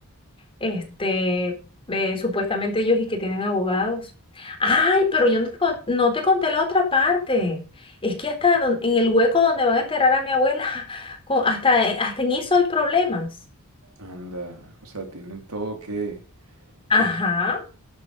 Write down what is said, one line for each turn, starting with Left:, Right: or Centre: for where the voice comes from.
Left: Este, eh, supuestamente ellos y que tienen abogados. Ay, pero yo no te, con- no te conté la otra parte. Es que hasta don- en el hueco donde van a enterrar a mi abuela, <laughs> con- hasta, eh, hasta en eso hay problemas.
Right: Anda, o sea, tienen todo que...
Left: Ajá,
Right: y es-